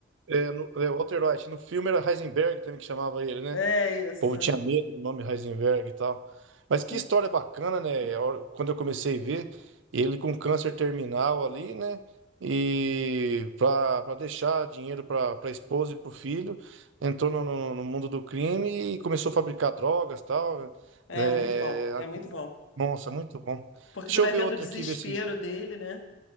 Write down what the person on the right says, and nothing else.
é, no, é Walter White. No filme era Heisenberg também que chamava ele, né?
O povo tinha medo do nome Heisenberg e tal. Mas que
história bacana, né? A hora- Quando eu comecei a ver, ele com câncer terminal ali, né? E para deixar dinheiro para a esposa e para o filho, entrou no, no- no mundo do crime e começou a fabricar drogas e tal. né?
É,
Nossa, muito bom.
Deixa
eu ver
outra
aqui, ver se.